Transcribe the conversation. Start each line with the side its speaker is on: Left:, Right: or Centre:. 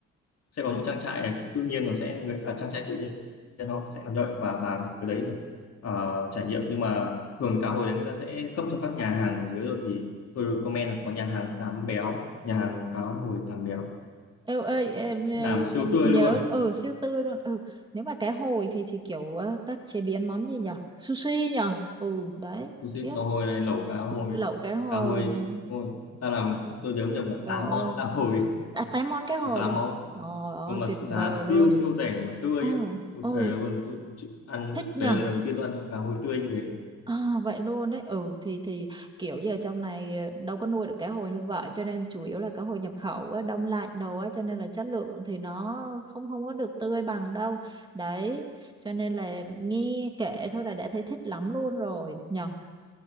Left: sẽ có những trang trại tự nhiên nó sẽ người à, trang trại tự nhiên nó sẽ làm như vậy và bà thì tới đấy là ờ, trải nghiệm nhưng mà thường cá hồi đấy người ta sẽ cấp cho các nhà hàng ở dưới rồi thì tôi comment là có nhà hàng tám béo nhà hàng cá hồi tám béo
Right: Ê, ơi em, ê,
Left: làm siêu
Right: nhớ
Left: tươi luôn
Right: ở siêu tươi luôn ừ nếu mà cá hồi thì thì kiểu ờ, các chế biến món gì nhở sushi nhở ừ đấy
Left: sushi
Right: khiếp
Left: cá hồi này lẩu cá hồi
Right: lẩu cá hồi
Left: cá hồi
Right: này
Left: đúng rồi. ta làm tôi nhớ không nhầm là
Right: trời
Left: 8
Right: ơi
Left: món cá hồi
Right: à, tám món cá hồi
Left: có 8
Right: luôn
Left: món
Right: trời ơi
Left: nhưng mà
Right: tuyệt
Left: giá
Right: vời
Left: siêu
Right: luôn
Left: siêu rẻ mà tươi
Right: ừ
Left: ấy. tôi
Right: ừ
Left: thề luôn tôi chịu ăn
Right: thích nhở
Left: đấy là lần đầu tiên tôi ăn cá hồi tươi như thế
Right: À, vậy luôn đấy ừ thì thì kiểu giờ trong này ờ, đâu có nuôi được cá hồi như vậy cho nên chủ yếu là cá hồi nhập khẩu á, đông lạnh đồ á cho nên là chất lượng thì nó không không có được tươi bằng đâu đấy cho nên là nghe kể thôi là đã thấy thích lắm luôn rồi nhở